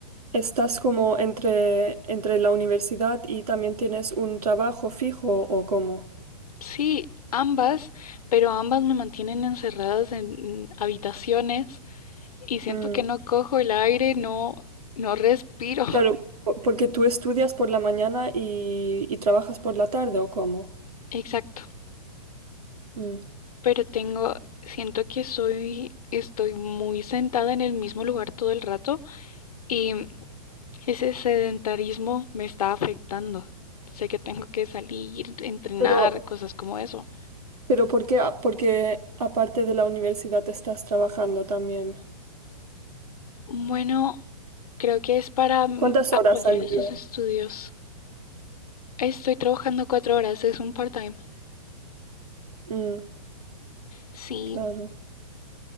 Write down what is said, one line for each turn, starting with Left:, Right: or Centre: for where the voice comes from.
Right: ¿estás como entre, entre la universidad y también tienes un trabajo fijo o cómo?
Left: Sí, ambas, pero ambas me mantienen encerradas en habitaciones y siento
Right: Mm,
Left: que no cojo el aire, no, no respiro. <laughs>
Right: claro, po- porque tú estudias por la mañana y, y trabajas por la tarde o cómo?
Left: Exacto.
Right: Mm,
Left: Pero tengo, siento que soy, estoy muy sentada en el mismo lugar todo el rato y ese sedentarismo me está afectando. Sé que tengo que salir, entrenar,
Right: pero,
Left: cosas como eso.
Right: pero ¿por qué, a- porque aparte de la universidad estás trabajando también?
Left: Bueno, creo que es para mm,
Right: ¿Cuántas
Left: apoyar
Right: horas al
Left: esos
Right: día?
Left: estudios. Estoy trabajando cuatro horas, es un part-time.
Right: Mm,
Left: Sí,
Right: claro.